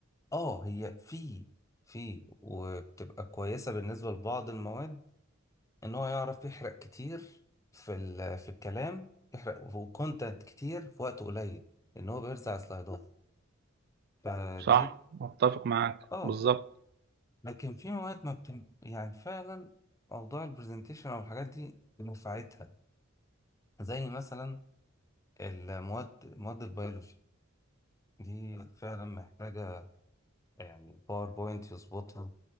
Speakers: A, on the left; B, on the right.
A: اه هي في في وبتبقى كويسة بالنسبة لبعض المواد ان هو يعرف يحرق كتير في ال... في الكلام يحرق وكونتنت كتير في وقت قليل لان هو بيرزع سلايدات <laughs> فدي
B: صح
A: ب-
B: متفق معاك
A: اه
B: بالظبط
A: لكن في مواد ما بتم... يعني فعلا موضوع البرزنتيشن او الحاجات دي نفعتها زي مثلا المواد مواد البيولوجي دي فعلا محتاجة يعني باوربوينت يظبطها